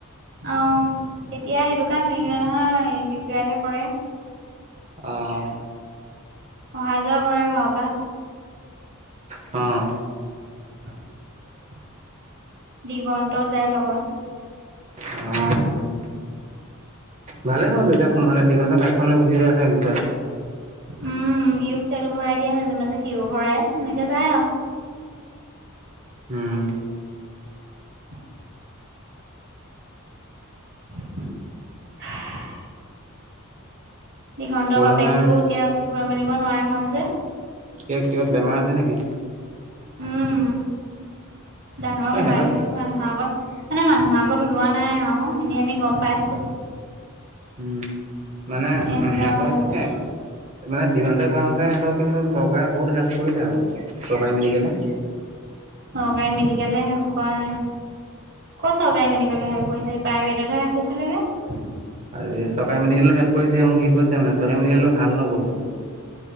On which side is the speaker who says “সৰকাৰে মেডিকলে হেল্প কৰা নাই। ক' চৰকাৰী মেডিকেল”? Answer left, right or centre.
Right